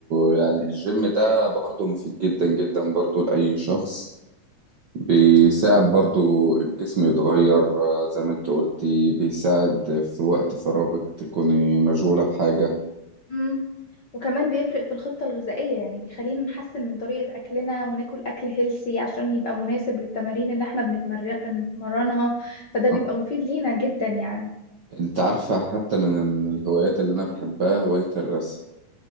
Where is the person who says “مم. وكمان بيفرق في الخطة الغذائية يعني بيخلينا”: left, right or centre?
Left